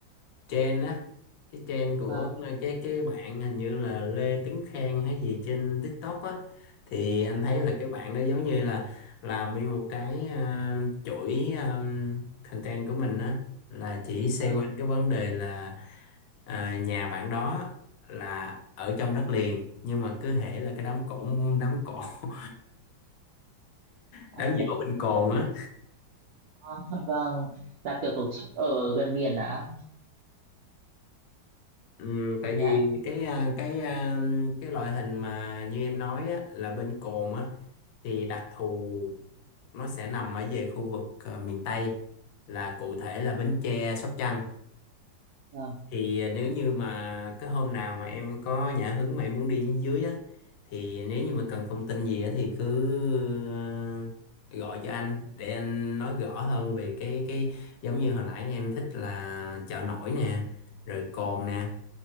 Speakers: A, on the left (about 75°); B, on the right (about 75°).
A: trend á cái trend của
B: vâng
A: cái cái bạn hình như là Lê Tuấn Khang hay gì trên TikTok á thì anh thấy
B: à,
A: là cái bạn đó giống như là làm nguyên một cái ờ, chuỗi ờ, content của mình á là chỉ xoay
B: vâng
A: quanh cái vấn đề là ờ, nhà bạn đó là ở trong đất liền nhưng mà cứ hễ là cái đám cỗ đám cỗ <laughs>
B: à,
A: đám
B: đám
A: giỗ bên cồn
B: cỗ.
A: á
B: à, <laughs> vâng là kiểu tổ chức ở gần biển à
A: Ừ, tại
B: nhỉ
A: vì
B: anh
A: cái à, cái à, cái loại hình mà như em nói á, là bên cồn á thì đặc thù nó sẽ nằm ở về khu vực à, miền Tây là cụ thể là Bến Tre, Sóc Trăng
B: vâng
A: thì nếu như mà cái hôm nào mà em có nhã hứng mà em muốn đi dưới á thì nếu như mà cần thông tin gì á thì cứ à, gọi cho anh để anh nói rõ hơn về cái cái giống như hồi nãy em thích là chợ nổi nè rồi cồn nè